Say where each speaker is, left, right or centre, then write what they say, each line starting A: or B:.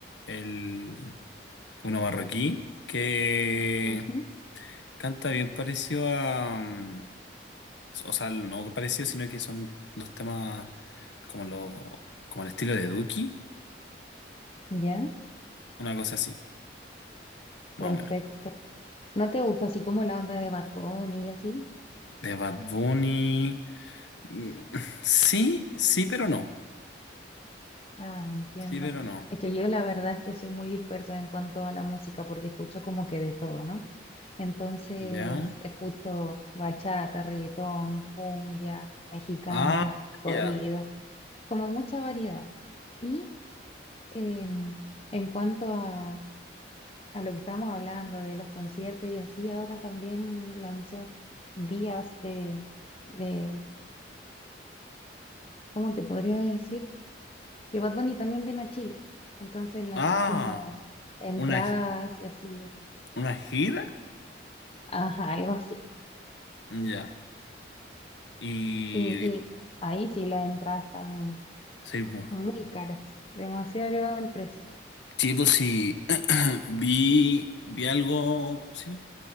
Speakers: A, on the left (about 75°); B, on the left (about 30°).
A: el uno marroquí que
B: ujú,
A: canta bien parecido a. mm, O sea, no parecido, sino que son los temas como lo, como el estilo de Duki,
B: ¿Ya?
A: una cosa así, más
B: Perfecto.
A: o menos.
B: ¿No te gusta así como la onda de Bad Bunny y así?
A: De Bad Bunny. mm, <laughs> Sí, sí, pero no.
B: Ah, entiendo.
A: Sí, pero no.
B: Es que yo la verdad es que soy muy dispersa en cuanto a la música porque escucho como que de todo, ¿no? Entonces,
A: ¿Ya?
B: escucho bachata, reggaetón, cumbia, mexicana,
A: Ah,
B: corrido,
A: ya.
B: como mucha variedad. Y em, en cuanto a, a lo que estábamos hablando de los conciertos y así, ahora también lanzó días de, de, ¿cómo te podría decir? que Bad Bunny también viene a Chile. Entonces lanzó
A: Ah,
B: como entradas
A: una,
B: y así,
A: una gira.
B: ajá, algo así.
A: Ya. Y
B: Y, y
A: y-
B: ahí sí las entradas están
A: sí, pues.
B: muy caras, demasiado elevado el precio,
A: Sí, pues sí. <clears throat> Vi, vi algo, ¿cómo se llama?